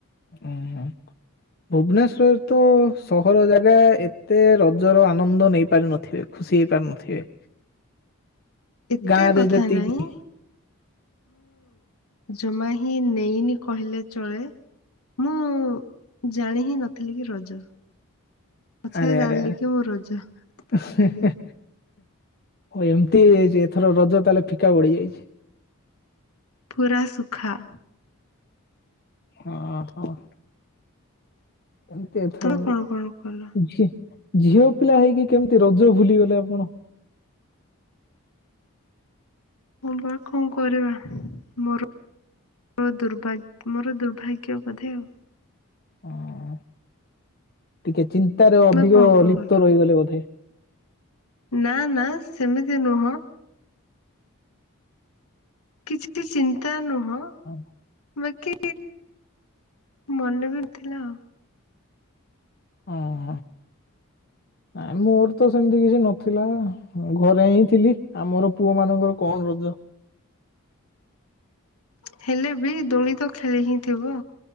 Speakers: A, on the left (about 45°); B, on the left (about 85°).
A: ଉଁ ହୁଁ। ଭୁବନେଶ୍ୱର ତ ସହର ଜାଗା ଏତେ ରଜର ଆନନ୍ଦ ନେଇପାରିନଥିବେ। ଖୁସି ହେଇ ପାରୁନଥିବେ।
B: ଏତେ
A: ଗାଁ ରେ
B: କଥା
A: ଯେତିକି
B: ନାଇଁ
A: <unintelligible>
B: ଜମା ହିଁ ନେଇନି କହିଲେ ଚଳେ। ମୁଁ ଜାଣି ହିଁ ନଥିଲି କି ରଜ। ପଛରେ
A: ଆରେ
B: ଜାଣିଲି
A: ଆରେ ଆରେ।
B: କି ମୁଁ ରଜ ଆଜ୍ଞା
A: ଏମିତି ହେଇଯାଇଛି ଏଥର ରଜ ତାହେଲେ ଫିକା ପଡ଼ି ଯାଇଛି।
B: ପୁରା ସୁଖା
A: ହଁ ହଁ। ଏମତି ଏଥର
B: ତମେ କଣ କଣ କଲ?
A: ଝିଅ ପିଲା ହେଇକି କେମିତି ରଜ ଭୁଲିଗଲେ ଆପଣ।
B: ହଁ ବା କଣ କରିବା ମୋର ମୋ ଦୁର୍ଭାଗ ମୋର ଦୁର୍ଭାଗ୍ୟ ବୋଧେ ଆଉ।
A: ହ ଟିକେ ଚିନ୍ତାରେ
B: ତମେ
A: ଅଧିକ
B: କଣ କଣ
A: ଲିପ୍ତ
B: କଲ?
A: ରହିଗଲେ ବୋଧେ।
B: ନା ନା ସେମିତି ନୁହଁ କିଛି ଚିନ୍ତା ନୁହଁ।
A: <unintelligible>
B: ବାକି ମନେ ନଥିଲା ଆଉ।
A: ଓହୋ ନାଇଁ ମୋର ତ ସେମିତି କିଛି ନଥିଲା। ହଁ ଘରେ ହିଁ ଥିଲି ଆମର ପୁଅ ମାନଙ୍କର କଣ ରଜ।
B: ହେଲେ ବି ଦୋଳି ତ ଖେଳି ହିଁ ଥିବ